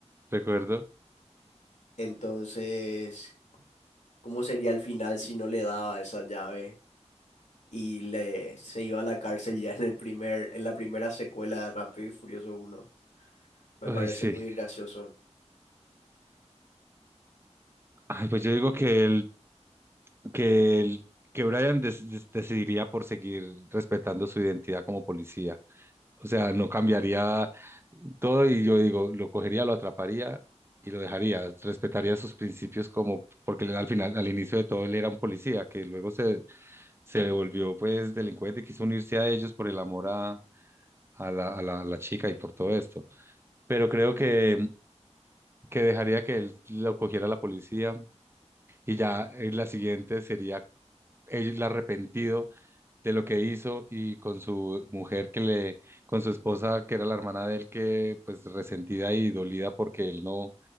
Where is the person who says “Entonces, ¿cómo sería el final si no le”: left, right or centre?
Left